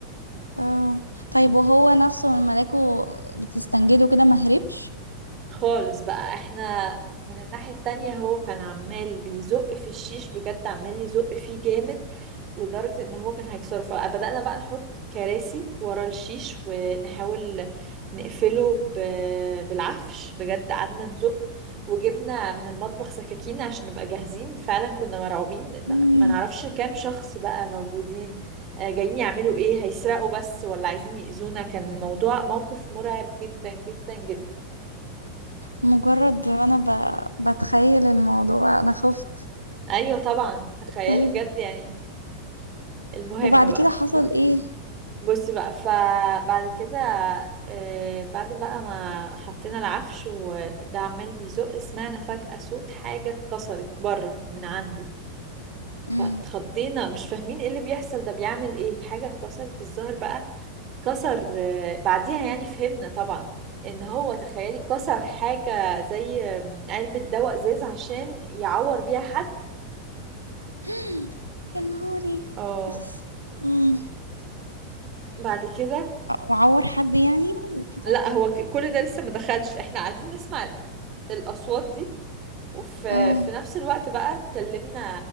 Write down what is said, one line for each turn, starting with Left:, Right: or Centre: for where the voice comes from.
Left: اه طيب وهو نفسه لما لقوا بتستنجده كده ما هربش
Right: خالص بقى احنا من الناحية التانية هو كان عمال بيزق في الشيش بجد عمال يزق فيه جامد لدرجة ان هو كان هيكسره فبدأنا بقى نحط كراسي ورا الشيش ونحاول نقفله ب... بالعفش بجد قعدنا نزق وجبنا من المطبخ سكاكين عشان نبقى جاهزين فعلا كنا مرعوبين ان
Left: مم.
Right: ما نعرفش كام شخص بقى موجودين آه، جايين يعملوا ايه هيسرقوا بس ولا عايزين يأذونا كان موضوع موقف مرعب جدا جدا جدا
Left: مجرد انا ب... بتخيل الموضوع انا خفت
Right: ايوه طبعا تخيلي
Left: طيب
Right: بجد يعني المهم
Left: وبعد
Right: بقى
Left: كده
Right: ف...
Left: حصل ايه
Right: بصي بقى فبعد كده آه، بعد بقى ما حطينا العفش وده عمال بيزق سمعنا فجأة صوت حاجة اتكسرت بره من عنده
Left: امم
Right: فاتخضينا مش فاهمين ايه اللي بيحصل ده بيعمل ايه حاجة اتكسرت الظهر بقى كسر آه، بعديها يعني فهمنا طبعا ان هو تخيلي كسر حاجة زي آه، علبة دواء ازاز عشان يعور بيها حد
Left: <gasps> يا نهاري
Right: اه
Left: اخس امم
Right: بعد كده
Left: وعور حد يعني وكده
Right: لا هو ك- كل ده لسه ما دخلش احنا قاعدين نسمع ال- الاصوات دي وفي
Left: اه
Right: في نفس الوقت بقى اتكلمنا